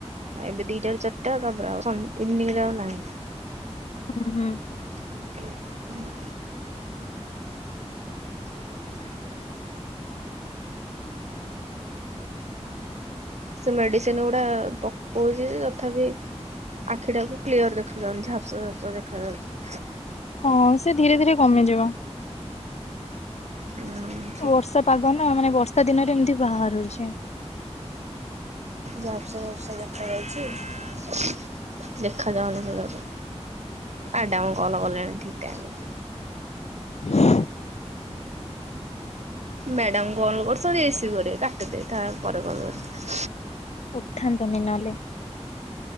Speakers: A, on the right (about 80°); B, on the left (about 75°).
A: ଏବେ ଦିଟା ରୁ ଚାରିଟା ତାପରେ ଆଉ ଇଭିନିଂ ରେ ଆଉ ନାହିଁ।
B: ହୁଁ ହୁଁ।
A: ହୁଁ। <inaudible> ସେ ମେଡ଼ିସିନ ଗୁଡ଼ା ପକୋଉଚି ତଥାପି ଆଖିଟାକୁ କ୍ଲିଅର ଦେଖାଯାଉନି ଝାପ୍ସା ଝାପସା ଦେଖାଯାଉଚି।
B: ହଁ, ସେ ଧୀରେ ଧୀରେ କମିଯିବ।
A: ହୁଁ,।
B: ବର୍ଷା ପାଗ ନା, ମାନେ ବର୍ଷା ଦିନରେ ଏମିତି ବାହାରୁଚି।
A: ଝାପସା ଝାପସା ଦେଖା ଯାଉଚି ଦେଖାଯାଉନି ଭଲରେ। ଆ ଡାଉନ କଲ୍ କଲେଣି ଠିକ୍ ଟାଇମ୍ ରେ।
B: ଫୁ। <unintelligible>
A: ମ୍ୟାଡାମ କଲ୍ କରିଛନ୍ତି, ରିସିବ୍ କରିବେ, କାଟି ଦେଇଥା ପରେ କଲ୍ କରିବି।
B: ଉଠାନ୍ତୁନି ନହେଲେ।